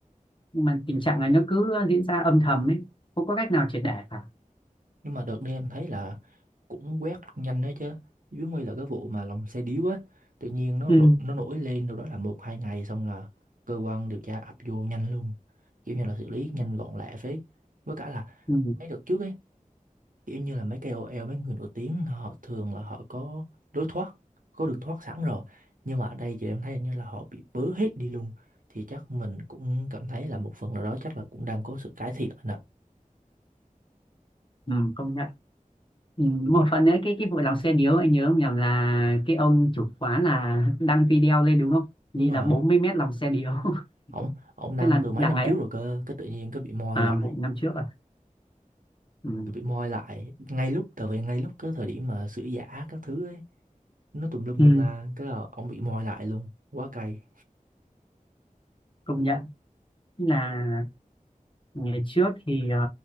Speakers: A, on the left; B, on the right.
A: nhưng mà tình trạng này nó cứ diễn ra âm thầm ấy không có cách nào triệt để cả
B: nhưng mà đợt đi em thấy là cũng quét nhanh đấy chứ dưới nguy là cái vụ mà lòng xe điếu á tự nhiên nó
A: Ừ.
B: rộ, nó nổi lên đâu đó là một hai ngày xong là cơ quan điều tra ập vô nhanh luôn kiểu như là xử lý nhanh gọn lẹ phết với cả là
A: ừ,
B: mấy đợt trước ấy kiểu như là mấy KOL mấy người nổi tiếng họ thường là họ có lối thoát có đường thoát sẵn rồi nhưng mà ở đây thì em thấy hình như là họ bị bớ hết đi luôn thì chắc mình cũng cảm thấy là một phần nào đó chắc là cũng đang có sự cải thiện anh ạ
A: ừ, công nhận Ừ, một phần nữa cái cái vụ lòng xe điếu anh nhớ không nhầm là cái ông chủ quán là đăng video lên đúng không như
B: đúng rồi
A: là 40 mét lòng xe điếu <laughs>
B: ổng ổng đăng
A: thế là
B: từ mấy
A: đằng
B: năm
A: này
B: trước rồi cơ cái tự nhiên cái bị moi
A: à
B: lại
A: vụ năm trước à ừ.
B: cái bị moi lại ngay lúc tại vì ngay lúc cái thời điểm mà sữa giả các thứ ấy nó tùm lum
A: Ừ,
B: tùm la cái là ổng bị moi lại luôn quá cay
A: công nhận là ngày trước thì ờ,